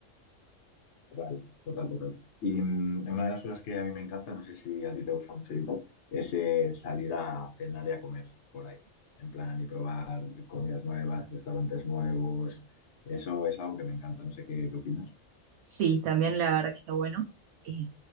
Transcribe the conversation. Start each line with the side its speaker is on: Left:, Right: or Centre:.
Left: Total, total, total. Y mm, una de las cosas que a mí me encanta, no sé si a ti te gusta mucho y tal, es eh, salir a cenar y a comer por ahí, en plan, y probar comidas nuevas, restaurantes nuevos. Eso es algo que me encanta, no sé qué, qué opinas.
Right: Sí, también la verdad que está bueno. Eh,